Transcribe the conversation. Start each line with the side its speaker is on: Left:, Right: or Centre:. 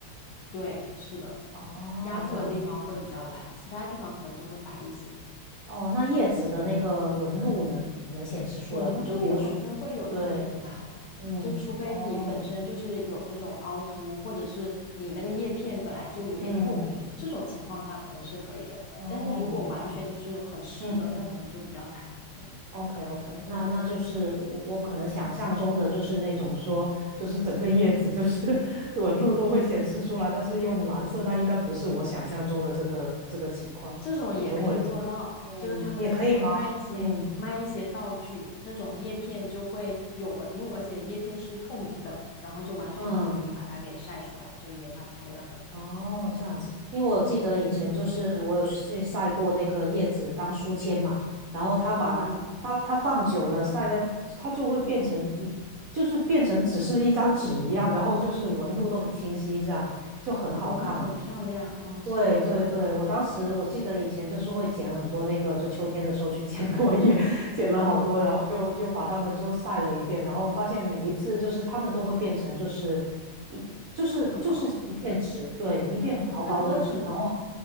Left: 对，是的，
Right: 哦，
Left: 压住的地方会比较蓝，
Right: 这样子。
Left: 其他地方可能就会白一些。
Right: 哦，那叶子的那个纹路能能显示出来吗？
Left: 纹路好像会有一点难，
Right: 就比如说，对，嗯，
Left: 就除非你本身就是有那种凹凸，
Right: 哦，
Left: 或者是你那个叶片本来就有点透明，
Right: 嗯，
Left: 这种情况下可能是可以的。
Right: 哦，
Left: 但是如果完全就是很实的，
Right: 明白。嗯。
Left: 那可能就比较难。嗯。
Right: OK OK，那那就是我我可能想象中的就是那种说，就是整个叶子就是 <laughs> 纹路都会显示出来，但是用蓝色那应该不是我想象中的这个这个情况。
Left: 这种也可以做到，
Right: 我等会，嗯，
Left: 就是他们会卖一些卖一些道具，
Right: 也可以吗？嗯
Left: 那种叶片就会有纹路，而且叶片是透明的，然后就完全就可以把它给晒出来，
Right: 嗯。
Left: 就也蛮漂亮的。
Right: 哦，这样子，因为我记得以前就是我有去晒过那个叶子当书签嘛，
Left: <laughs>
Right: 然后它把它它放久了晒在，
Left: 嗯，嗯
Right: 它就会变成一，就是变成只是一张纸一样，然后就是纹路都很清晰，这样就很好看。
Left: 哦，那很漂亮哦，是的，
Right: 对对对，
Left: 是的，
Right: 我当时我记得以前就是会捡很多那个，就秋天的时候去 <laughs> 捡落叶，<laughs> 捡了好多，
Left: 嗯，
Right: 然后就就把它们就晒了一遍，然后发现每一次就是它们都会变成就是一就是就是一片纸，
Left: 很薄，
Right: 对，一片薄薄的纸，
Left: 那不会很
Right: 然后